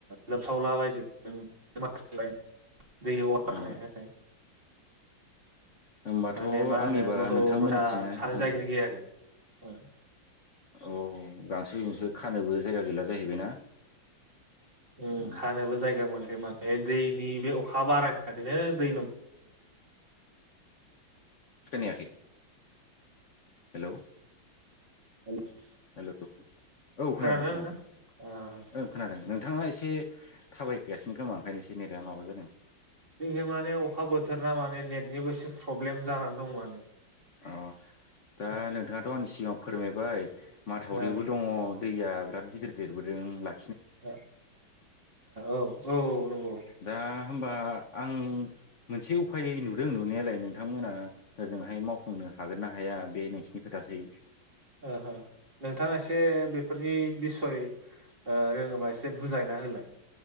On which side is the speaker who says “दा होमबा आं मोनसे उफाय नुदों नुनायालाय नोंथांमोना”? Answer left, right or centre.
Left